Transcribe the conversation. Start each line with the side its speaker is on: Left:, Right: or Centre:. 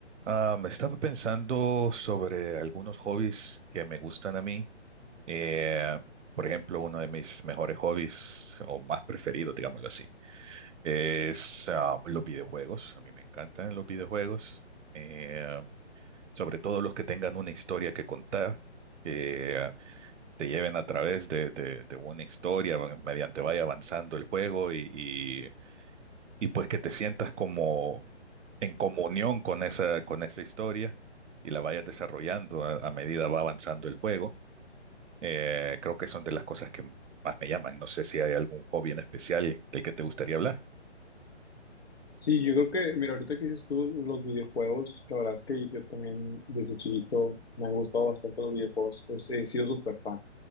Right: Ah, me estaba pensando sobre algunos hobbies que me gustan a mí. Eh, por ejemplo, uno de mis mejores hobbies, o más preferido, digámoslo así, es ah, los videojuegos. A mí me encantan los videojuegos, eh, sobre todo los que tengan una historia que contar, que ah, te lleven a través de, de- de una historia, bueno, mediante vaya avanzando el juego y y pues que te sientas como en comunión con esa, con esa historia y la vayas desarrollando a, a medida va avanzando el juego. Eh, creo que son de las cosas que más me llaman. No sé si hay algún hobby en especial del que te gustaría hablar.
Left: Sí, yo creo que, mira, ahorita que dices tú los videojuegos, la verdad es que yo también desde chiquito me han gustado bastante los videojuegos, Es- he sido súper fan.